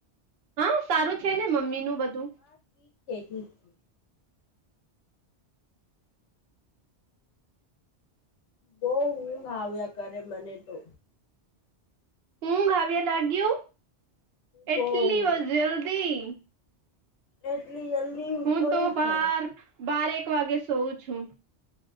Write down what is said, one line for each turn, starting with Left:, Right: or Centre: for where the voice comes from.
Right: હા સારું છે ને મમ્મી નું બધું
Left: હા ઠીક છે ઠીક છે. બહું ઊંઘ આવ્યા કરે મને તો
Right: ઊંઘ આવ્યા લાગ્યું એટલી
Left: બહુ ઊંઘ
Right: જલ્દી
Left: એટલી જલ્દી
Right: હું
Left: થોડી
Right: તો બાર
Left: થાય
Right: બાર એક વાગે સોઉ છુ